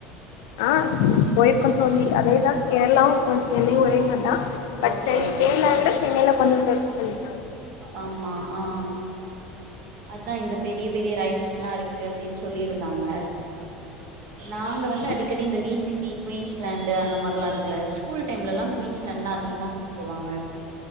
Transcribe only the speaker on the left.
ஆ போயிருக்கோ தோழி அதேதா கேரளாவு கொஞ்ச சென்னையு ஒரே மாரிதா பட்
சென்னை கேர்ளா விட சென்னைல்ல கொஞ்சம் <unintelligible>
ஆமா
தோழி